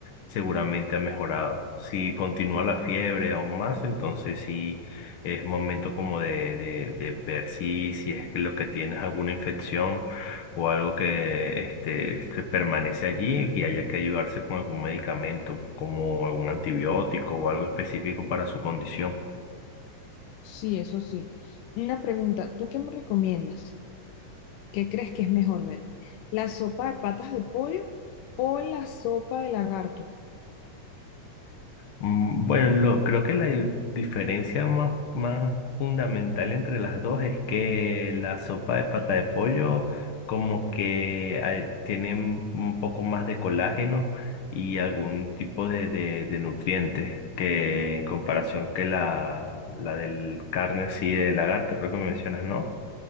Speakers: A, on the left; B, on the left.
A: seguramente ha mejorado. Si continúa la fiebre aún más, entonces sí es momento como de, de, de ver si, si es que lo que tienes alguna infección o algo que este, se permanece allí y haya que ayudarse con algún medicamento, como algún antibiótico o algo específico para su condición.
B: Sí, eso sí. Una pregunta, ¿tú qué me recomiendas? ¿Qué crees que es mejor darme? ¿La sopa de patas de pollo o la sopa de lagarto?
A: Mm, Bueno, lo- creo que la di- diferencia más, más fundamental entre las dos es que la sopa de pata de pollo como que al- tiene un poco más de colágeno y algún tipo de, de, de nutrientes que en comparación que la, la del carne así de lagarto, creo que me mencionas, ¿no?